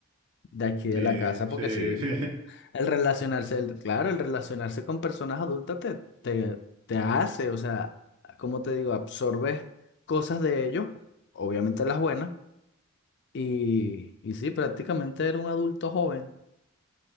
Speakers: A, on the left (about 55°); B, on the right (about 70°).
A: de aquí
B: Li-
A: de la casa,
B: Sí,
A: porque sí.
B: <laughs> sí.
A: El relacionarse, el- claro, el relacionarse con personas adultas te, te, te hace, o sea, como te digo, absorbes cosas de ellos, obviamente las buenas, y, y sí, prácticamente era un adulto joven,